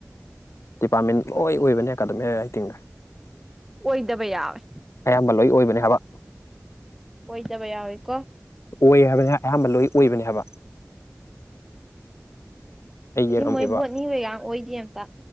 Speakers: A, on the left; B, in the centre.
A: ꯗꯤꯄꯥꯔꯠꯃꯦꯟ ꯂꯣꯏ ꯑꯣꯏꯕꯅꯦ ꯑꯦꯀꯥꯗꯃꯤꯛ ꯔꯥꯏꯇꯤꯡꯒ꯫
B: ꯑꯣꯏꯗꯕ ꯌꯥꯎꯋꯦ꯫
A: ꯑꯌꯥꯝꯕ ꯂꯣꯏ ꯑꯣꯏꯕꯅꯦ ꯍꯥꯏꯕ꯫
B: ꯑꯣꯏꯗꯕ ꯌꯥꯎꯋꯤꯀꯣ꯫
A: ꯑꯣꯏ ꯍꯥꯏꯕꯅꯤ ꯑꯌꯥꯝꯕ ꯂꯣꯏ ꯑꯣꯏꯕꯅꯤ ꯍꯥꯏꯕ꯫ ꯑꯩ
B: ꯑꯁꯤ
A: ꯌꯦꯡꯉꯝꯃꯤꯕ
B: ꯃꯣꯏ ꯕꯣꯠꯅꯤꯍꯣꯏ ꯌꯥꯝ ꯑꯣꯏꯗꯦ ꯑꯃꯇ꯫